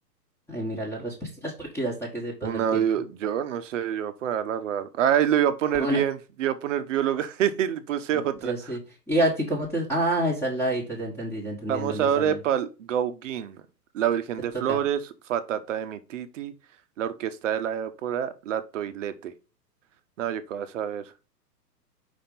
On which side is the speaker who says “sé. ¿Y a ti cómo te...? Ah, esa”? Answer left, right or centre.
Centre